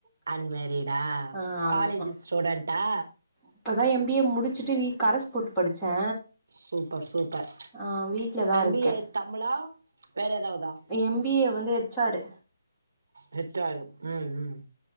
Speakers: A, on the right; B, in the centre.
A: அன்மேரீடா
B: ஆ அவ்ளோதா
A: காலேஜ் ஸ்டூடெண்ட்டா
B: இப்பதா எம் பி ஏ முடிச்சுட்டு வீட் கரஸ் போட்டு படிச்சே
A: சூப்பர் சூப்பர்
B: அ வீட்லதா
A: எம்
B: இருக்கே
A: பி ஏ தமிழா வேற ஏதாவதா
B: எம் பி ஏ வந்து எச்சாரு
A: ஹேச் ஆரு ம் ம்